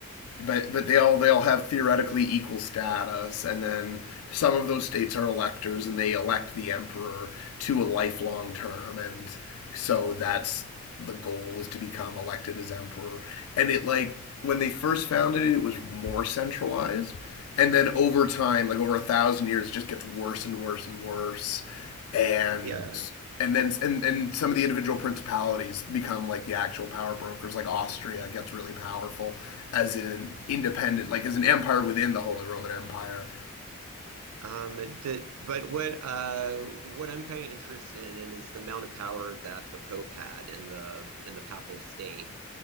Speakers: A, on the left; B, on the right.
A: but but they all they all have theoretically equal status, and then some of those states are electors, and they elect the emperor to a lifelong term, and so that's the goal is to become elected as emperor. And it like when they first founded it, it was more centralized, and then over time, like over a thousand years, it just gets worse and worse and worse, and
B: Yeah.
A: and then and and some of the individual principalities become like the actual power brokers like austria gets really powerful as an independent, like as an empire within the Holy Roman Empire.
B: Um, the, but what uh, what I'm kind of interested in is the amount of power that the Pope had in the in the Papal State.